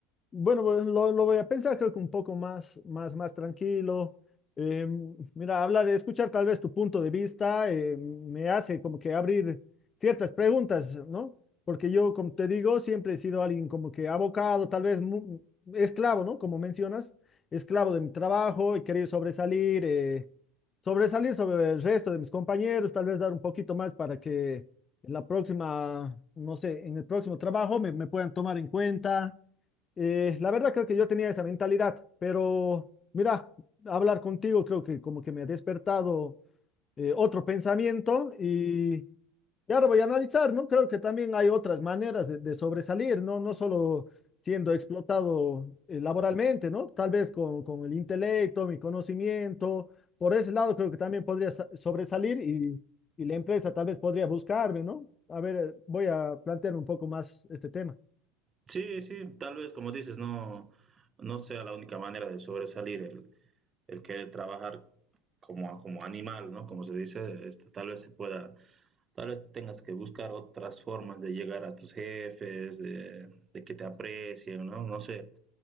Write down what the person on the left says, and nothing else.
Bueno, pues lo, lo voy a pensar, creo que un poco más, más, más tranquilo. Eh, mira, hablar, escuchar tal vez tu punto de vista eh, me hace como que abrir ciertas preguntas, ¿no? Porque yo, como te digo, siempre he sido alguien como que abocado, tal vez mu- esclavo, ¿no? Como mencionas, esclavo de mi trabajo, he querido sobresalir, eh, sobresalir sobre el resto de mis compañeros, tal vez dar un poquito más para que en la próxima, no sé, en el próximo trabajo me me puedan tomar en cuenta eh, la verdad creo que yo tenía esa mentalidad, pero mira, hablar contigo creo que como que me ha despertado eh, otro pensamiento y, y ahora voy a analizar, ¿no? Creo que también hay otras maneras de, de sobresalir, ¿no? No solo siendo explotado eh, laboralmente, ¿no? Tal vez con, con el intelecto, mi conocimiento, por ese lado creo que también podría sa- sobresalir y, y la empresa tal vez podría buscarme, ¿no? A ver, eh, voy a plantear un poco más este tema.